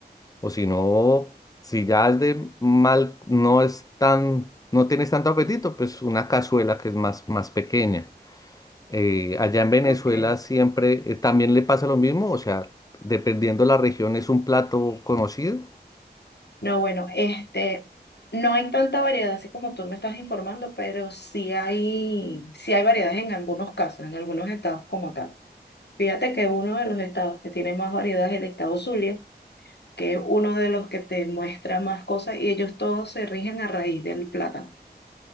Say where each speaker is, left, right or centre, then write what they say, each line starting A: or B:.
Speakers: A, on the left (about 20°); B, on the left (about 80°).
A: O si no, si ya es de mal, no es tan, no tienes tanto apetito, pues una cazuela que es más, más pequeña. Eh, allá en Venezuela
B: Ok.
A: siempre eh, también le pasa lo mismo, o sea, dependiendo la región es un plato conocido.
B: No, bueno, este, no hay tanta variedad así como tú me estás informando, pero sí hay, sí hay variedad en algunos casos, en algunos estados como tal. Fíjate que uno de los estados que tiene más variedad es el estado Zulia, que es uno de los que te muestra más cosas y ellos todos se rigen a raíz del plátano.